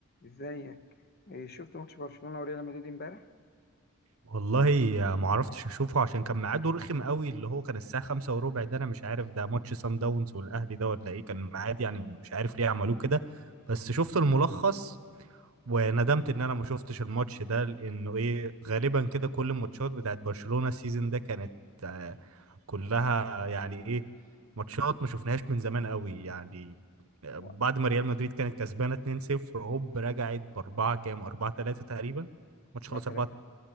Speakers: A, on the left; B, on the right.
A: ازيك إيه، شفت ماتش برشلونة وريال مدريد امبارح
B: والله ما عرفتش اشوفه عشان كان ميعاده رخم قوي اللي هو كان الساعه خمسة وربع ده انا مش عارف ده ماتش سان داونز والاهلي ده ولا ايه كان ميعاد يعني مش عارف ليه عملوه كده بس شفت الملخص وندمت ان انا ما شفتش الماتش ده لانه ايه غالبا كده كل الماتشات بتاعت برشلونه السيزون ده كانت آه، كلها يعني ايه ماتشات ما شفناهاش من زمان قوي يعني آه،
A: هو
B: بعد ما ريال مدريد كانت كسبانه 2-0 هوب رجعت باربعه كام 4-3 تقريبا ماتش
A: 4
B: خلص
A: 3